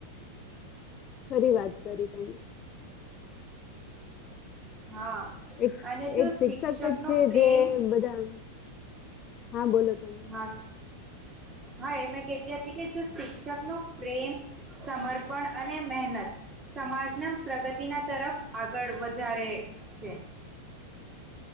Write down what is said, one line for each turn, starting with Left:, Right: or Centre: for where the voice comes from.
Left: ખરી વાત કરી તમે.
Right: હા
Left: એક
Right: અને જો
Left: એક શિક્ષક
Right: શિક્ષકનો
Left: જ છે
Right: પ્રેમ
Left: જે બધા હા બોલો તમે.
Right: હા હા એ મેં કહેતી હતી કે જો શિક્ષક નું પ્રેમ, સમર્પણ અને મહેનત સમાજના પ્રગતિના તરફ આગળ વધારે છે.